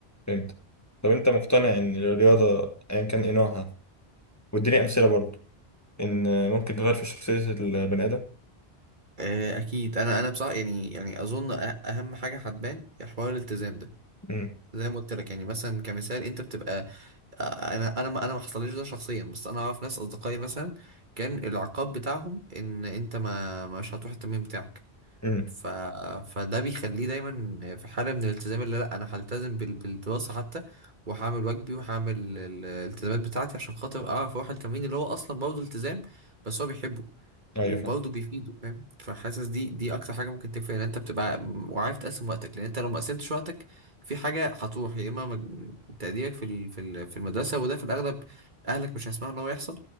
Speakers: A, on the left (about 15°); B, on the right (about 50°).
A: فهمت طب انت مقتنع ان الرياضه ايا كان ايه نوعها واديني امثله برضه ان ممكن تغير في شخصيه البني ادم
B: آه، اكيد انا انا بصراحه يعني يعني اظن أه- اهم حاجه هتبان هي حوار الالتزام ده
A: امم
B: زي ما قلت لك يعني مثلا كمثال انت بتبقى آه، انا انا ما انا ما حصلليش ده شخصيا بس انا اعرف ناس اصدقائي مثلا كان العقاب بتاعهم ان انت ما مش هتروح التمرين بتاعك
A: امم
B: ف... فده بيخليه دايما في حالة من الالتزام اللي لا انا هلتزم بال... بالدراسة حتى وهعمل واجبي وهعمل ال- الالتزامات بتاعتي عشان خاطر اعرف اروح التمرين اللي هو اصلا برضه التزام بس هو بيحبه
A: ايوه
B: وبرضه
A: فاهم
B: بيفيده فاهم فحاسس دي دي اكتر حاجة ممكن تفرق ان انت بتبقى م- وعارف تقسم وقتك لان انت لو ما قسمتش وقتك في حاجة هتروح يا اما مج- تقديرك في ال... في ال... في المدرسة وده في الاغلب اهلك مش هيسمعوا ان هو يحصل